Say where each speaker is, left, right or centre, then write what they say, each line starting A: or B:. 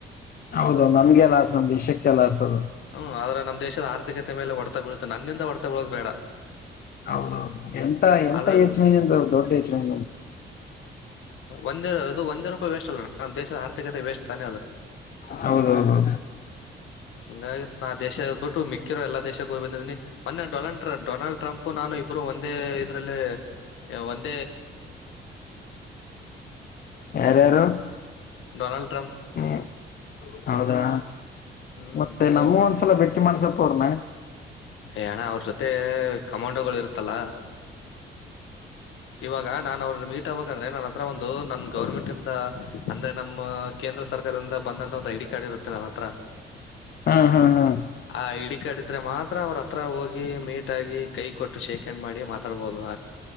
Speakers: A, on the left; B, on the left.
A: ಹೌದು ನಮ್ಗೆ ಲ ಆಾಸ ಅಂದ ದೇಶಕ್ಕೆಲ್ಲಾಸ ಅದು
B: ಹ್ಮ್ ಆದ್ರ ನಮ್ ದೇಶದ ಆರ್ಥಿಕತೆ ಮೇಲೆ ಒಡತ ಬೀಳುತ್ತೆ ನನ್ನಿಂದ ಹೊಡತ ಬೀಳೋದು ಬೇಡ
A: ಹೌದೌದು ಎಂತ ಎಂತ
B: ಅದ್ರಲ್ಲಿ
A: ಯೋಚನೆ ನಿಿಂದ ದೊಡ್ಡ ಯೋಚನೆ
B: ಒಂದೇರ ಇದು ಒಂದೇ ರೂಪಾಯಿ ವೇಸ್ಟ್ ಅಲ್ಲ ನಮ್ಮ ದೇಶದ ಆರ್ಥಿಕತೆ ವೇಸ್ಟ್ ತಾನೇ ಅದು
A: ಹೌದೌದು
B: ಹಂಗಾಗಿಾ ಆ ದೇಶದ್ಬಿಟ್ಟು ಮಿರ ಎಲ್ಲ ದೇಶಕ್ಕೆ ಹೋಗ್ ಮೊನ್ನೆ ಡೊನಾಲ್ ಡೊನಾಲ್ಡ್ ಟ್ರಂಪ್ ನಾನು ಇಬ್ಬರು ಒಂದೇ ಇದ್ರಲ್ಲಿ ಒಂದ
A: ಯರಾರು
B: ೊನಾಲ್ಡ್
A: ಹ್ಮ ಹೌದಾ
B: ಹ್ಮ್
A: ಮತ್ತೆ ನಮ್ಮ ಒಂದ್ಸಲ ಬೆಟ್ಟಿ ಮಾಡ್ಸಲ್ಪ ಅವ್ರನ
B: ಯ ಅಣ್ಣ ಅವ್ರ ಜೊತೆ ಕಮಾಂಡೋಗಳು ಇರುತ್ತಲ್ಲ ಇವಾಗ ನಾನನ್ ಅವ್ರನ್ನ ಮೀಟ್ ಆಬಬೇಕ ಅಂದ್ರೆ ನನ್ನ ಹತ್ರ ಒಂದು ನನ್ ಗವರ್ಮೆಂಟ್ ಇಂದ ಅಂದ್ರೆ ನಮ್ಮ ಕೇಂದ್ರ ಸರ್ಕಾರದಿಂದ ಬಂದಂತ ಒಂದು ಐಡಿ ಕಾರ್ಡ್ ಇರುತ್ತೆ ನನ್ನ ಹತ್ರ
A: ಹಾ ಹಾ ಹಾ
B: ಆ ಐ ಕಡಿದ್ರೆ ಮಾತ್ರ ಅವ್ರ ಹತ್ರ ಹೋಗಿ ಮೀಟ್ ಆಗಿ ಕೈ ಕೊಟ್ಟು ಶೇಕ್ ಎಂಡ್ ಮಾಡಿ ಮಾತಾಡಬುದು